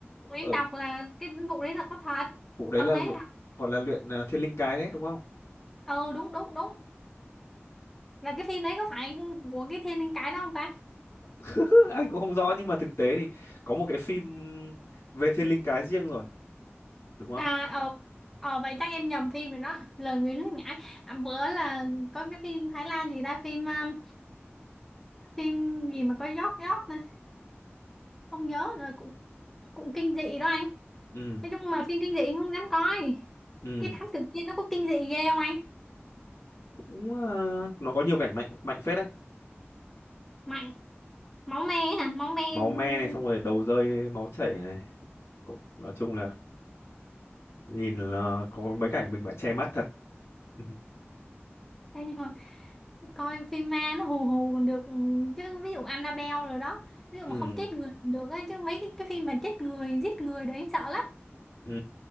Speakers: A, in the centre; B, on the left (about 80°).
A: Tụi em
B: ở
A: đọc là cái vụ đấy là có thật.
B: vụ đấy
A: Ông
B: là
A: đấy
B: lu-
A: là
B: gọi là luyện ờ, Thiên Linh Cái đấy đúng không?
A: ừ đúng đúng đúng. là cái phim đấy có phải của cái Thiên Linh Cái đó không ta
B: <laughs> Anh cũng không rõ nhưng mà thực tế thì có một cái phim về Thiên Linh Cái riêng rồi, đúng không?
A: à ờ ờ vậy chắc em nhầm phim rồi đó lời nguyền nước nhã à, bữa là có cái phim Thái Lan gì ta phim um, phim gì mà có giót giót này không nhớ nữa cũng cũng kinh dị đó anh
B: Ừ,
A: nói chung mà phim kinh dị không dám coi
B: ừ.
A: cái thám tử kia nó có kinh dị ghê không anh
B: cũng ờ, nó có nhiều cảnh mạnh mạnh phết đấy
A: mạnh máu me hả máu me
B: máu
A: ừm,
B: me này xong rồi đầu rơi máu chảy này cũng, nói chung là nhìn là có mấy cảnh mình phải che mắt thật <laughs>
A: hay thôi coi phim ma nó hù hù còn được ừ, chứ ví dụ Annabelle rồi đó ví dụ
B: ừ
A: mà không chết người cũng được ấy, chứ mấy cái, cái phim mà chết người giết người đấy anh sợ lắm
B: ừ